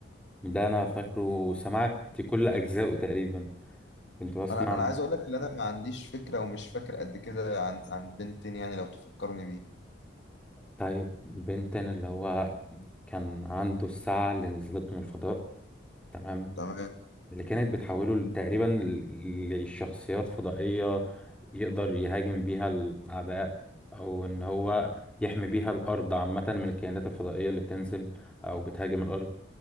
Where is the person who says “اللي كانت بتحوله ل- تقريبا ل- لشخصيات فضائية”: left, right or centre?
Centre